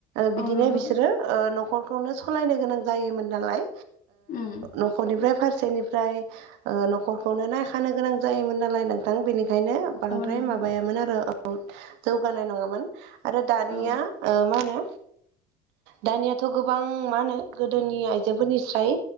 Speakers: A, on the right (about 70°); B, on the left (about 45°).
A: बिदिनो
B: औ नंगौ
A: बिसोरो न'खरखौनो सालायनो गोनां जायोमोन नालाय
B: उम
A: न'खरनिफ्राय फारसेनिफ्राय न'खरखौनो नायखानो गोनां जायोमोन नालाय नोंथां बेनिखायनो बांद्राय
B: औ नंगौ
A: माबायामोन आरो जौगानाय नङामोन आरो दानिया
B: औ
A: मा होनो दानियाथ' गोबां मा होनो गोदोनि आइजोफोरनिस्राय